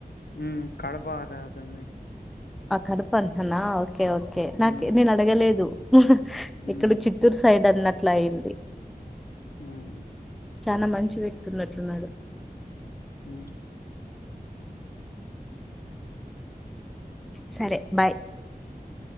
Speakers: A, on the left; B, in the centre.
A: ఉ కడప అదా అతన్నే
B: ఆ కడుపు అంటనా ఓకే ఓకే నాక
A: ఉమ్
B: నేను అడగలేదు
A: ఉమ్
B: ఇక్కడ చిత్తూరు సైడ్ అన్నట్లయింది
A: ఉహ్మ్
B: చానా మంచి వ్యక్తి ఉన్నట్లున్నాడు
A: ఉ
B: సరే బాయ్